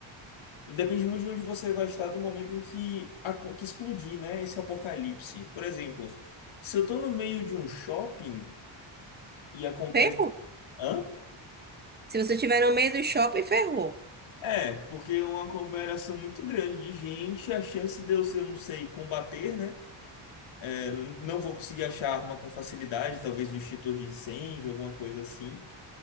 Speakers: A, on the left (about 80°); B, on the right (about 20°).
A: Depende muito de onde você vai estar do momento em que, a co- que explodir, né? Esse apocalipse. Por exemplo, se eu tô no meio de um shopping e acontece.
B: Ferrou.
A: Hã?
B: Se você estiver no meio do shopping, ferrou.
A: É, porque é uma aglomeração muito grande de gente, a chance de eu, se eu não sei, combater, né? É, não vou conseguir achar arma com facilidade, talvez um extintor de incêndio, alguma coisa assim.